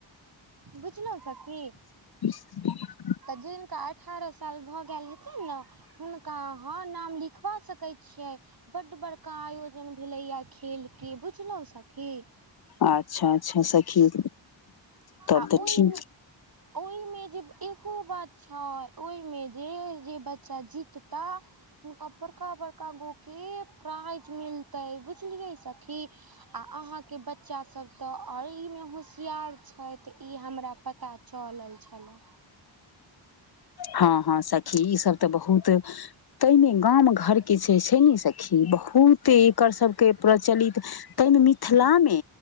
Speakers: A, on the right; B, on the left.
A: बुझलौउ सखी।
B: ह <inaudible>
A: तऽ जिनका। अठारह साल भऽ गैल हेतैन न। हुनका हां नाम लिखबा सकैय छियै बड बड़का आयोजन भेलैया खेल। के बुझलौउ सखी।
B: अच्छा अच्छा सखी तब
A: आ
B: तऽ
A: ओहिमे
B: ठीक
A: ओइमे जे एगो बात छैय ओइमे जे जे बच्चा जितता। हुनका बड़का बड़का गो के प्राइज मिल। तैऽ बुझलियै सखी आ अहाँ के बच्चा सब तऽ अइमे होशियार। अइ तऽ ई हमरा पता चलल छेला।
B: हं हं सखी ई सब तऽ बहुत। तैय मे गाम घर के जे छैय ने सखी बहुत एकर सबके प्रचलित। तैय मिथिला मे।